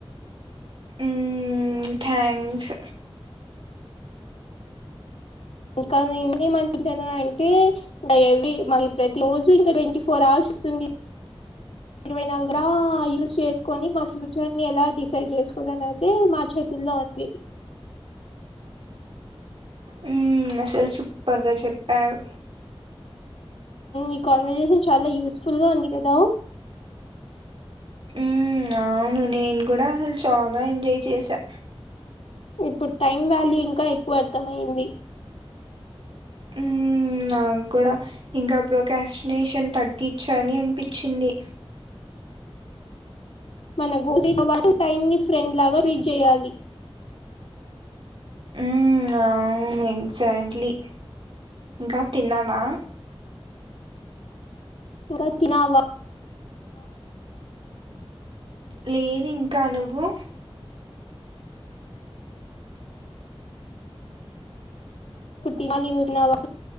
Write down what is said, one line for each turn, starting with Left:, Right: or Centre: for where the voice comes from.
Right: హ్మ్ థ్యాంక్స్
Left: ఇంకా నే మనిపించ అంటే ఇంకా ఎవీ మా ప్రతి రోజు ఇంకా ట్వంటీ ఫోర్ అవర్స్ వస్తుంది ఇరవై నాలుగురా యూస్ చేసుకుని మా ఫ్యూచర్ ని ఎలా డిసైడ్ చేసుకోవాల అని మా చేతుల్లో ఉంది
Right: హ్మ్ అసలు సూపర్గా చెప్పావు
Left: ఈ కాన్వర్జేషన్ చాలా యూస్ఫుల్గా ఉంది కదా
Right: హ్మ్ అవును నేను కూడా అసలు చాలా ఎంజాయ్ చేసా
Left: ఇప్పుడు టైం వాల్యూ ఇంకా ఎక్కువ అర్థమైంది
Right: హ్మ్ నాకు కూడా ఇంకా ప్రోకాస్టినేషన్ తగ్గించాలి అనిపించింది
Left: మనకు ఇచ్చిన టైం ని ఫ్రెండ్ లాగా రీడ్ చేయాలి
Right: హ్మ్ అవును ఎగ్జాట్లీ ఇంకా తిన్నావా
Left: ఇంకా తినావా
Right: లేదు ఇంకా నువ్వు
Left: ఇప్పుడు తినాలి నువ్వు తిన్నావా